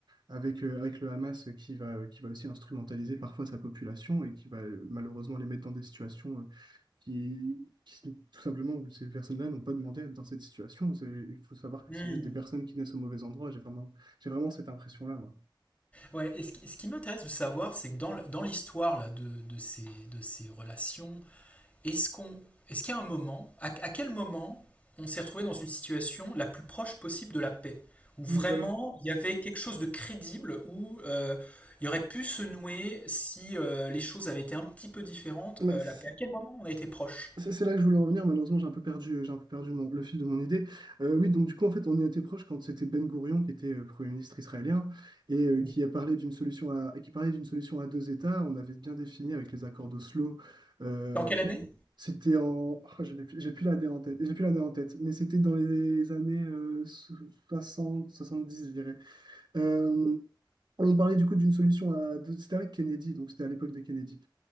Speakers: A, on the right; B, on the left.
A: avec, euh, avec le Hamas euh, qui va, qui va aussi instrumentaliser parfois sa population et qui va euh, malheureusement les mettre dans des situations euh, qui, qui, tout simplement, ces personnes-là n'ont pas demandé à être dans cette situation. C'est- Il faut savoir que
B: Hmm.
A: c'est juste des personnes qui naissent au mauvais endroit. J'ai vraiment, j'ai vraiment cette impression-là, moi.
B: Ouais, et ce qui, ce qui m'intéresse de savoir, c'est que dans, l- dans l'histoire là, de, de ces, de ces relations, est-ce qu'on, est-ce qu'il y a un moment, à, à quel moment on s'est retrouvé dans une situation la plus proche possible de la paix, où vraiment
A: Oui, voilà.
B: il y avait quelque chose de crédible, où euh, il y aurait pu se nouer si euh, les choses avaient été un petit peu différentes,
A: Ben,
B: euh,
A: c'est-
B: la paix. À quel moment on a été proche?
A: C'est c'est là que je voulais en venir, malheureusement j'ai un peu perdu, j'ai un peu perdu mon- le fil de mon idée. Euh, oui, donc du coup en fait on y était proche quand c'était Ben Gourion qui était euh, Premier ministre israélien et euh,
B: Mhm.
A: qui a parlé d'une solution à, qui parlait d'une solution à deux États. On avait bien défini avec les accords d'Oslo. euh,
B: Dans quelle année?
A: c'était en, ah, je n'ai plus- j'ai plus la date en tête, j'ai plus l'année en tête, mais c'était dans les années euh, soixante, soixante-dix, je dirais. Euh, on parlait du coup d'une solution à deux, c'était avec Kennedy, donc c'était à l'époque de Kennedy.